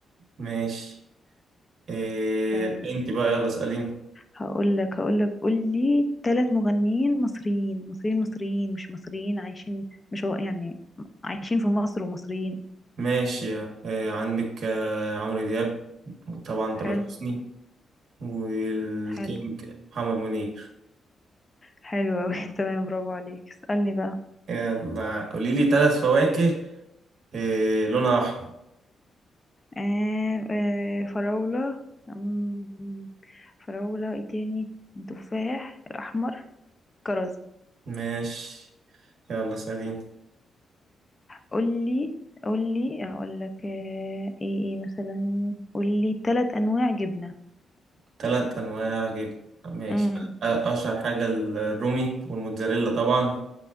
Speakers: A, on the right (about 60°); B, on the left (about 25°).
A: ماشي إيه
B: تمام
A: انت بقى يلا اسأليني
B: هقول لك هقول لك قول لي ثلاث مغنيين مصريين مصريين مصريين مش مصريين عايشين مش هو يعني عايشين في مصر ومصريين
A: ماشي إيه عندك آه، عمرو دياب طبعا تامر
B: حلو
A: حسني والكينج
B: حلو
A: محمد منير
B: حلو أوي <laughs> تمام برافو عليك اسألني بقى
A: يلا قولي لي ثلاث فواكه إيه لونها احمر
B: آه آه فراولة مم، فراولة ايه تاني تفاح الأحمر كرز
A: ماشي يلا اسأليني
B: قولي قولي اقول لك آه ايه ايه مثلا قولي ثلاث انواع جبنة
A: تلات أنواع جبن ماشي
B: امم
A: أ- أشهر حاجة الرومي والموتزاريلا طبعا